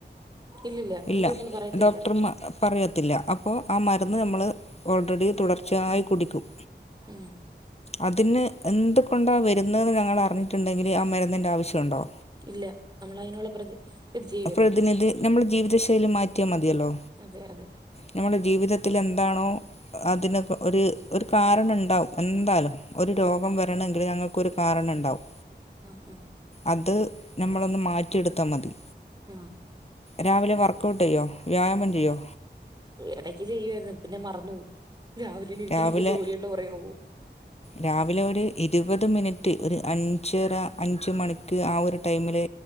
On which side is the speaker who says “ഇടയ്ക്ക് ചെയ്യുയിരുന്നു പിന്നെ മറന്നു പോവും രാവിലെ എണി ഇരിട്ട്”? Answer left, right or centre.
Right